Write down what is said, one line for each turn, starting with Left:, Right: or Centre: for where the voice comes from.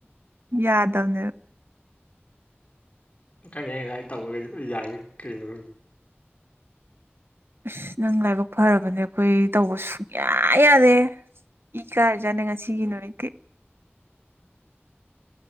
Right: ꯌꯥꯗꯧꯅꯦꯕ
Left: ꯀꯩꯅ ꯌꯥ ꯇꯧꯕꯒꯗꯤ ꯌꯥꯏ ꯀꯔꯤꯅꯣ ꯈ
Right: ꯑꯁ ꯅꯪ ꯂꯥꯏꯕꯛ ꯐꯔꯕꯅꯦ ꯑꯩꯈꯣꯏ ꯇꯧꯕ ꯁꯨꯡꯌꯥ ꯌꯥꯗꯦ ꯏ ꯀꯥꯔꯖꯥꯠꯅꯦ ꯉꯁꯤꯒꯤ ꯅꯨꯃꯤꯠꯠꯇ